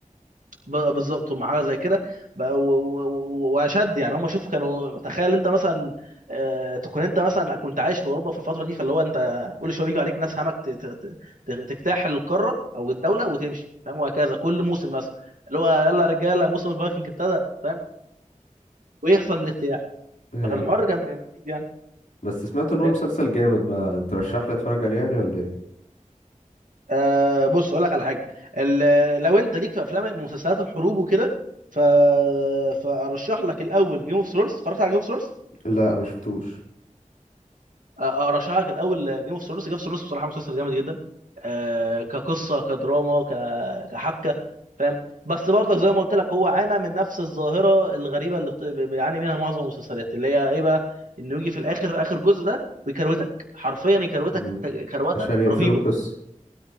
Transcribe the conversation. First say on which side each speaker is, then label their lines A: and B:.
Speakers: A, on the right (about 80°); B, on the left (about 75°).
A: ب- بالظبط هم حاجه زي كده بقى- و- و- و- واشد يعني هم شوف كانوا تخيل انت مثلا آه، تكون انت مثلا كنت عايش في اوروبا في الفتره دي فاللي هو انت كل شويه بيجوا عليك ناس همك ت- ت- ت- ت- تجتاح القاره او الدوله وتمشي فاهم وهكذا كل موسم مثلا اللي هو يلا يا رجاله موسم الفايكنج ابتدى فاهم ويحصل الاجتياح
B: ايوه
A: فكان الحوار كان كان غريب يعني
B: بس سمعت ان هو
A: فاهم
B: مسلسل جامد بقى ترشح لي اتفرج عليه يعني ولا ايه
A: آه بص اقول لك على حاجه ال- لو انت ليك في افلام مسلسلات الحروب وكده ف... فارشح لك الاول جيم اوف ثرونز اتفرجت على جيم اوف ثرونز
B: لا ما شفتوش
A: ارشح لك الاول جيم اوف ثرونز جيم اوف ثرونز بصراحه مسلسل جامد جدا آه، كقصه كدراما ك- كحبكه فاهم بس برضك زي ما قلت لك هو عانى من نفس الظاهره الغريبه اللي بت- بيعاني منها معظم المسلسلات اللي هي ايه بقى انه يجي في الاخر اخر جزء ده ويكروتك حرفيا يكروتك
B: مم.
A: ت- كروته
B: عشان يقفلوا
A: رهيبه
B: القصة